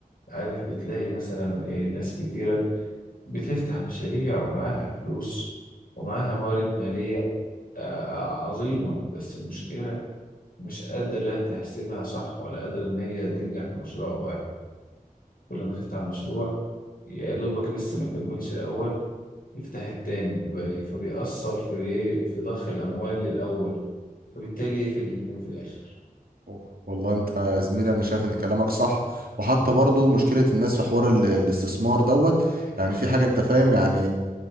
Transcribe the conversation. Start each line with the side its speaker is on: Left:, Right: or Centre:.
Left: عارف بتلاقي مثلا إيه ناس كتيرة بتفتح مشاريع ومعاها فلوس ومعاها موارد مالية آه، عظيمة بس المشكلة مش قادرة تحسبها صح ولا قادرة إن هي تنجح في مشروع واحد كل ما تفتح مشروع يا دوبك لسه ما كملش الأول يفتح التاني يبقى إيه، فبيأثر في إيه في ضخ الأموال للأول فبالتالي يقفل الاتنين في الآخر
Right: أوف. والله انت يا زميلي انا شايف ان كلامك صح وحتى برضو مشكلة الناس في حوار ال- الاستثمار دوت يعني في حاجة انت فاهم يعني